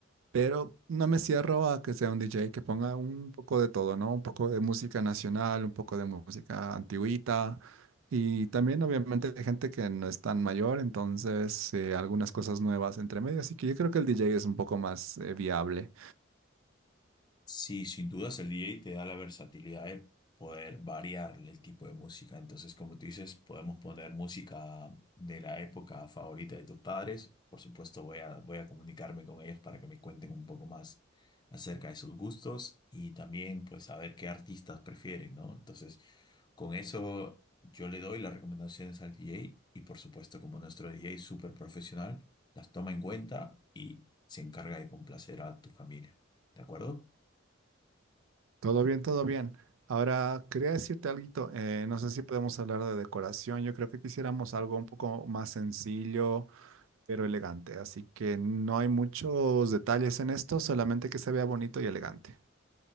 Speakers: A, on the right; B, on the left.
A: Pero no me cierro a que sea un DJ que ponga un poco de todo, ¿no? Un poco de música nacional, un poco de música antigüita. Y también, obviamente, hay gente que no es tan mayor, entonces eh, algunas cosas nuevas entre medio. Así que yo creo que el DJ es un poco más eh, viable.
B: Sí, sin dudas el DJ te da la versatilidad de poder variarle el tipo de música. Entonces, como tú dices, podemos poner música de la época favorita de tus padres. Por supuesto, voy a, voy a comunicarme con ellos para que me cuenten un poco más acerca de sus gustos y también pues saber qué artistas prefieren, ¿no? Entonces, con eso yo le doy las recomendaciones al DJ y por supuesto, como nuestro DJ es súper profesional, las toma en cuenta y se encarga de complacer a tu familia. ¿De acuerdo?
A: Todo bien, todo bien. Ahora, quería decirte algo. eh, no sé si podemos hablar de decoración. Yo creo que quisiéramos algo un poco más sencillo, pero elegante. Así que no hay muchos detalles en esto, solamente que se vea bonito y elegante.